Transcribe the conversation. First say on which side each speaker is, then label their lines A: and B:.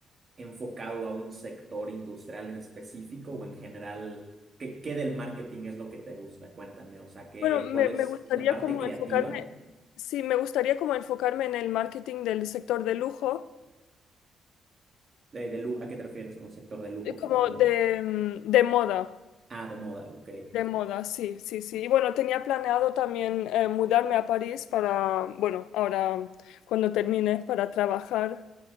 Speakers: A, on the right; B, on the left.
A: enfocado a un sector industrial en específico o en general? ¿Qué, qué del marketing es lo que te gusta? Cuéntame, o sea, ¿qué,
B: Bueno, me,
A: cuál es
B: me gustaría
A: la parte
B: como
A: creativa
B: enfocarme, sí, me gustaría como enfocarme en el marketing del sector de lujo,
A: de, de lu- ¿A qué te refieres con sector de lujo?
B: eh, como
A: Como,
B: de, mm, de moda.
A: ah, de moda, ok.
B: De moda, sí, sí, sí. Y bueno, tenía planeado también eh, mudarme a París para, bueno, ahora cuando termine, para trabajar,